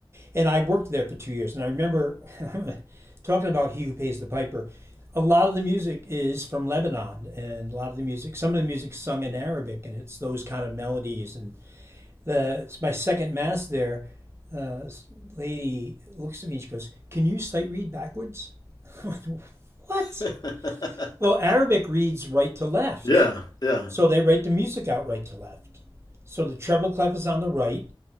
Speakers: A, on the right (about 30°); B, on the left (about 45°).
A: And I worked there for two years. And I remember <laughs> talking about He Who Pays the Piper. A lot of the music is from Lebanon, and a lot of the music, some of the music's sung in Arabic, and it's those kind of melodies. And the it's my second mass there, uh, this lady looks at me and she goes, "Can you sight read backwards?" <laughs> what?
B: <laughs>
A: Well, Arabic reads right to left,
B: Yeah, yeah.
A: so they write the music out right to left. So the treble clef is on the right,